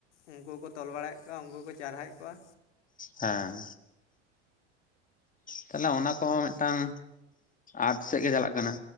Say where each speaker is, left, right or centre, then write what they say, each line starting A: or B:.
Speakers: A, on the left (about 80°); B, on the left (about 25°).
A: ᱩᱱᱠᱩ ᱠᱚ ᱛᱚᱞ ᱵᱟᱲᱟᱭᱮᱫ ᱠᱚᱣᱟ, ᱩᱱᱠᱩ ᱠᱚ ᱪᱟᱨᱦᱟᱭᱮᱜ ᱠᱚᱣᱟ᱾
B: ᱦᱮᱸ᱾ ᱛᱟᱦᱚᱞᱮ ᱚᱱᱟ ᱠᱚᱦᱚᱸ ᱢᱮᱫᱴᱟᱝ ᱟᱫ ᱥᱮᱫ ᱜᱮ ᱪᱟᱞᱟᱜ ᱠᱟᱱᱟ᱾